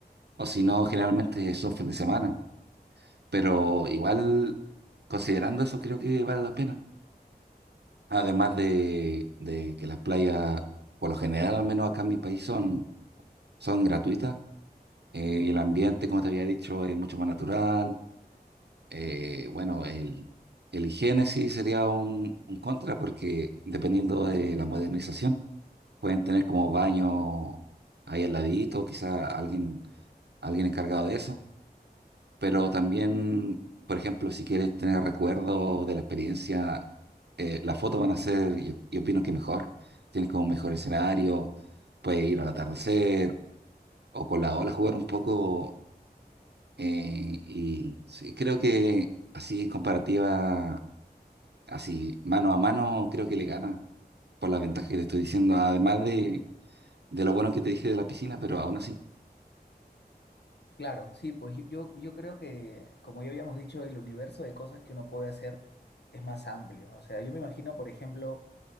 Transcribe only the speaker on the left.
Claro, sí, pues yo, yo yo creo que, como ya habíamos dicho, el universo de cosas que uno puede hacer es más amplio. O sea, yo me imagino, por ejemplo,